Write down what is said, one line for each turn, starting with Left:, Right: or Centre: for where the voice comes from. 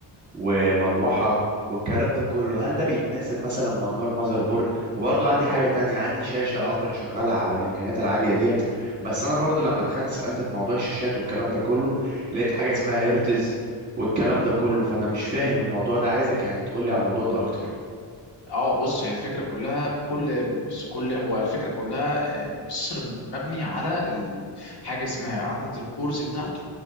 Right: ومروحة والكلام ده كله هل ده بيتناسب مثلا مع نوع المذر بورد وبرضه عندي حاجة تانية عندي شاشة أقدر أشغلها على الإمكانيات العالية ديت بس أنا برضه لما دخلت سألت في موضوع الشاشات والكلام ده كله لقيت حاجة اسمها هيرتز والكلام ده كله فأنا مش فاهم الموضوع ده عايزك يعني تقولي على الموضوع ده أكتر
Left: اه بص هي الفكره كلها كل بص كل هو الفكره كلها آه، البروسيسور مبني على ال- حاجه اسمها عدد الكورز بتاعته